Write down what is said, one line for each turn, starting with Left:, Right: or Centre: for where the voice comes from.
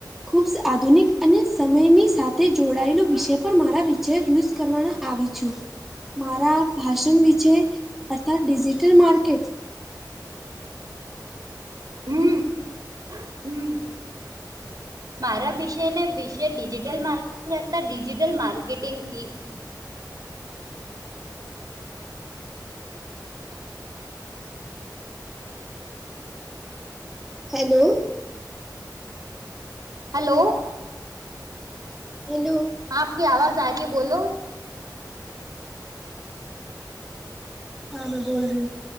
Centre: ખૂબ શ આધુનિક અને સમયની સાથે જોડાયેલો વિષય પર મારા વિચાર યુઝ કરવાના આવી છું મારા ભાષણ વિશે અર્થાત ડિજિટલ માર્કેટ
Right: હમ હમ મારા વિષયને વિશે ડિજિટલ માર્ટતા ડિજિટલ માર્કેટિં સી.
Centre: હેલો.
Right: હલો.
Centre: હેલો.
Right: આપ કી આવાજ આ રહી હે બોલો.
Centre: હા મે બોલ રહી હું